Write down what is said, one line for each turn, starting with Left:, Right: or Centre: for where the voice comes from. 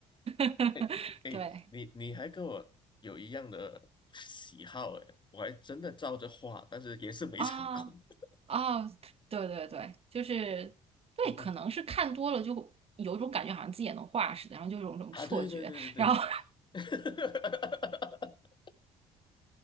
Right: <laughs>
Left: 哎哎，
Right: 对，
Left: 你你还跟我有一样的喜好哎，我还真的照着画，但是也是没成功。
Right: 啊
Left: <laughs>
Right: 啊，对对对，就是对，
Left: 嗯哼，
Right: 可能是看多了就有种感觉，好像自己也能画似的，然后就有一种错觉，
Left: 啊，对对对对对，
Right: 然后 <laughs>。
Left: <laughs>